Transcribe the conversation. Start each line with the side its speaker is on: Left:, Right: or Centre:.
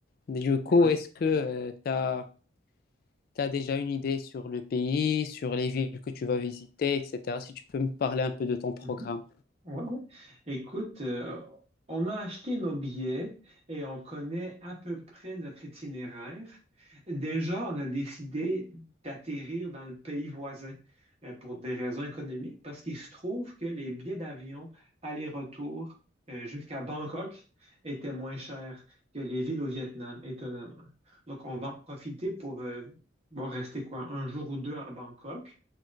Left: Du coup,
Right: Ouais.
Left: est-ce que euh, t'as tu as, déjà une idée sur le pays, sur les villes que tu vas visiter, etc. Si tu peux me parler un peu de ton programme.
Right: Mhm. Ouais, ouais. Écoute, euh, on a acheté nos billets et on connaît à peu près notre itinéraire. Déjà, on a décidé d'atterrir dans le pays voisin euh, pour des raisons économiques, parce qu'il se trouve que les billets d'avion aller-retour euh, jusqu'à Bangkok étaient moins chers que les villes au Vietnam, étonnamment. Donc, on va en profiter pour euh, bon, rester quoi, un jour ou deux à Bangkok.